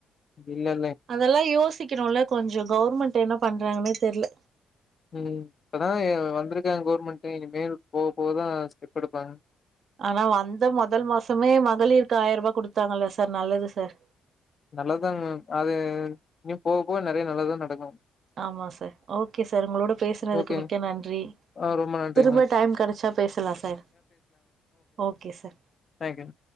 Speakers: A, on the left; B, on the right.
A: இல்லண்ணே
B: அதெல்லாம் யோசிக்கணும்ல கொஞ்சம் கவர்மெண்ட் என்ன பண்றாங்கன்னே தெரில
A: ம் இப்பதான் வந்திருக்காங்க கவுர்மெண்ட் இனி மேல போக போகதான் ஸ்டெப் எடுப்பாங்க
B: ஆனா வந்த முதல் மாசமே மகளிருக்கு ஆயிரரூபா குடுத்தாங்கல்ல சார் நல்லது சார்
A: நல்லது தாங் மேம் அது இனி போக போக நெறைய நல்லதான் நடக்கும்
B: ஆமா சார் ஓகே சார் உங்களோட பேசுனதுக்கு
A: ஓகேங்க
B: மிக்க நன்றி
A: ஆ ரொம்ப நன்றிங்க
B: திரும்ப டைம் கெடச்சா பேசலாம் சார் ஓகே சார்
A: தேங்க்யூ